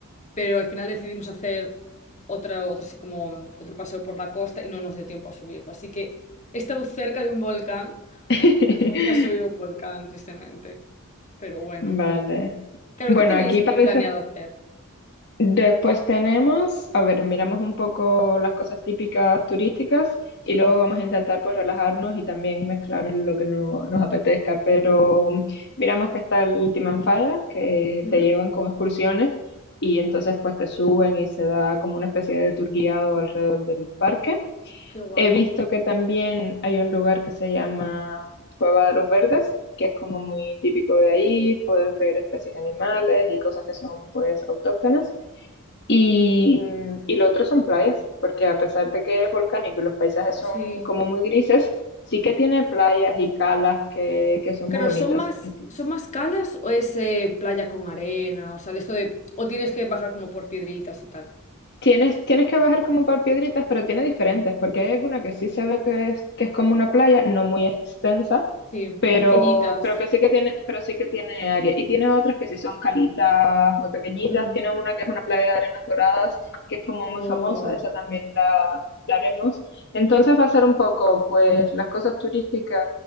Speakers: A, on the left; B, on the left.
A: pero al final decidimos hacer otra, otra así como mm, otro paseo por la costa y no nos dio tiempo a subirlo. Así que he estado cerca de un volcán,
B: <laughs>
A: pero nunca he subido a un volcán, tristemente. Pero bueno,
B: Vale.
A: jo. Claro,
B: Bueno,
A: ¿qué tenéis
B: aquí parece.
A: eh, planeado hacer?
B: Después tenemos, a ver, miramos un poco las cosas típicas turísticas
A: Sí.
B: y luego vamos a intentar pues relajarnos y también mezclar lo que no, nos apetezca, pero mm, miramos que está el Timanfaya, que
A: Ujú.
B: te llevan con excursiones y entonces pues te suben y se da como una especie de tour guiado alrededor del parque.
A: Qué guay.
B: He visto que también hay un lugar que se llama Cueva de los Verdes, que es como muy típico de ahí, puedes ver especies de animales y cosas que son pues autóctonas. Y, mm, y lo otro son playas, porque a pesar de que es volcánico y los paisajes son
A: Sí.
B: como muy grises, sí que tiene playas y calas que, que son
A: Claro,
B: muy bonitas.
A: ¿son más,
B: Entonces,
A: son más calas o es eh, playa con arena? O sea, de esto de... O tienes que bajar como por piedritas y tal.
B: Tienes, tienes que bajar como por piedritas, pero tiene diferentes, porque hay alguna que sí se ve que es, que es como una playa, no muy extensa,
A: Sí,
B: pero,
A: pequeñitas.
B: pero que sí que tiene, pero sí que tiene área. Y tiene otras que sí son calitas muy pequeñitas.
A: Mm.
B: Tiene una que es una playa de arenas doradas, que es como
A: Oh,
B: muy famosa, esa también la, la haremos. Entonces va a ser un poco, pues, las cosas turísticas,